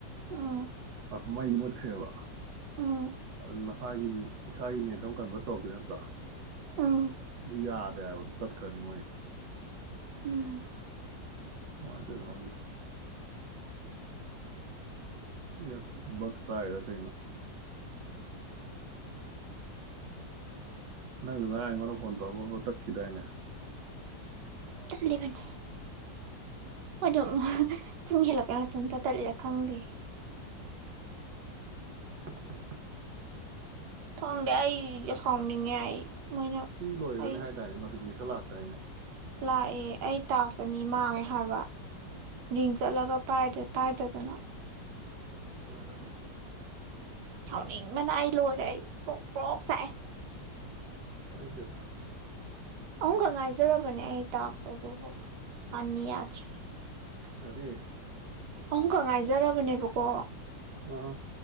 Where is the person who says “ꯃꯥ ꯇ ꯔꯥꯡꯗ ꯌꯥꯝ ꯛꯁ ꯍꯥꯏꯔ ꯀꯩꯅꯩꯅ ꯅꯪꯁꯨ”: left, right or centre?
Right